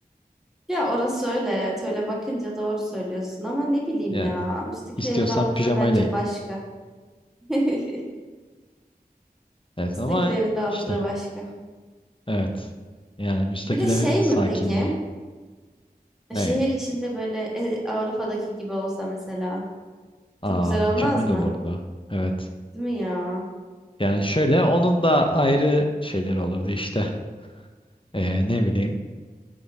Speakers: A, in the centre; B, on the left.
A: Ya orası öyle evet öyle bakınca doğru söylüyorsun ama ne bileyim
B: Yani
A: ya müstakil
B: istiyorsan
A: evin rahatlığı
B: pijamayla
A: bence
B: in.
A: başka. <laughs>
B: Evet
A: Müstakil
B: ama
A: evin rahatlığı
B: işte
A: başka.
B: evet. Yani müstakil
A: Bir de şey
B: evin sakinliği.
A: mi peki?
B: Ne?
A: Şehir içinde böyle e, Avrupa'daki gibi olsa mesela
B: Aa
A: çok güzel
B: mükemmel
A: olmaz mı?
B: olurdu. Evet.
A: Değil mi ya?
B: Yani şöyle onun da ayrı şeyleri olurdu işte. Ee, ne bileyim.